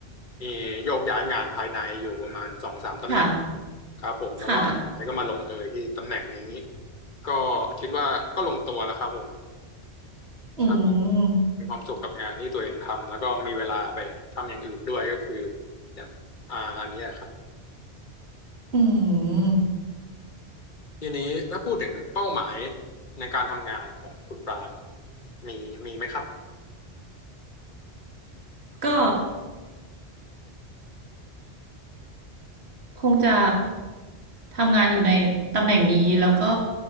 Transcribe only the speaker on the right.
ค่ะ
ค่ะ
อืม
อืม
ก็ คงจะทำงานอยู่ในตำแหน่งนี้แล้วก็